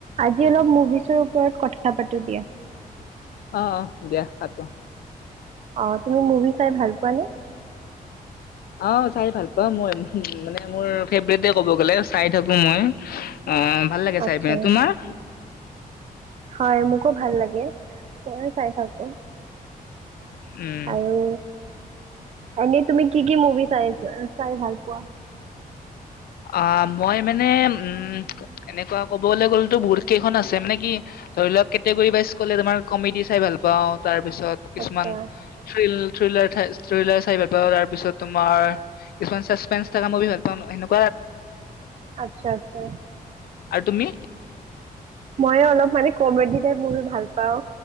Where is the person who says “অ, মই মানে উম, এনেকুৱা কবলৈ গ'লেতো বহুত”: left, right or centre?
Left